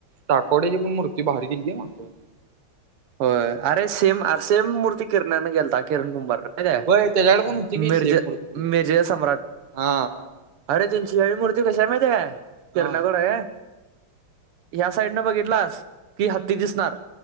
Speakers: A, on the right; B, on the right.
A: टाकोड्याची पण मूर्ती भारी केली होती मागच्यावेळी.
B: होय अरे सेम अरे सेम मूर्ती किरण्यान केलता किरण मुंबर होय काय
A: व्हय त्याच्याकडे पण होती की
B: मिर्झा
A: सेम मूर्ती
B: मिर्झा सम्राट
A: हा
B: अरे त्यांची हवी मूर्ती कशी आहे माहिती आहे काय किरण्याकडे
A: हा
B: आहे ह्या साईड नं बघितलास की हत्ती दिसणार.